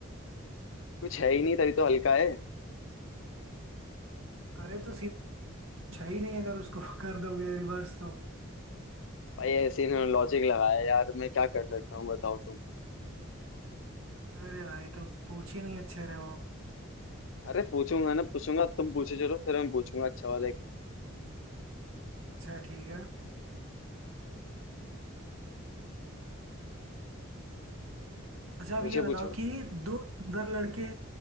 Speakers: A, on the left (about 65°); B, on the right (about 80°).
A: कुछ है ही नहीं तभी तो हल्का है
B: अरे तो सीधा कुछ है ही नहीं अगर उसको <laughs> कर दोगे रिवर्स तो
A: भाई ऐसे इन्होंने लॉजिक लगाया यार मैं क्या कर सकता हूँ बताओ तुम
B: अरे भाई तो पूछ ही नहीं अच्छे रहे हो आप
A: अरे पूछूंगा ना पूछूंगा तुम पूछो चलो फिर मैं पूछूंगा अच्छा वाला एक
B: अच्छा ठीक है अच्छा अब
A: पूछो
B: ये बताओ
A: पूछो
B: कि दो सुंदर लड़के